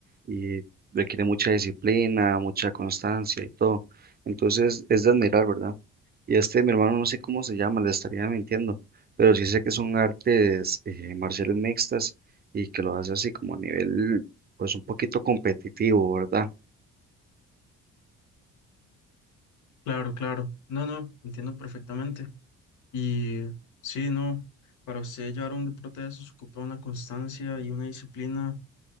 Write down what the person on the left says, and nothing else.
Claro, claro. No, no, entiendo perfectamente. Y sí, no, para usted llevar un deporte de esos ocupa una constancia y una disciplina